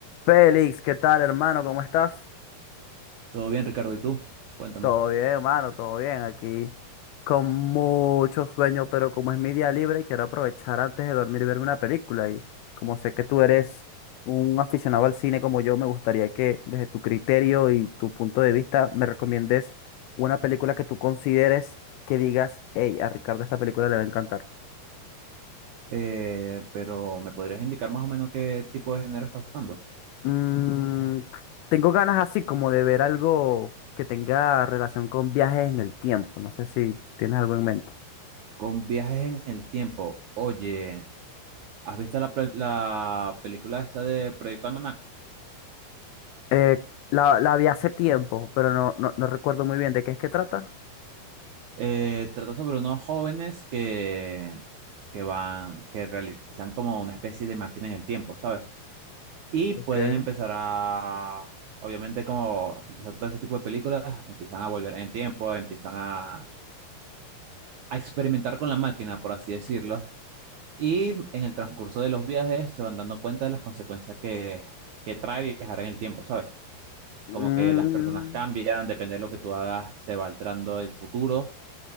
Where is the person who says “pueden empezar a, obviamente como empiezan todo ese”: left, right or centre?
Right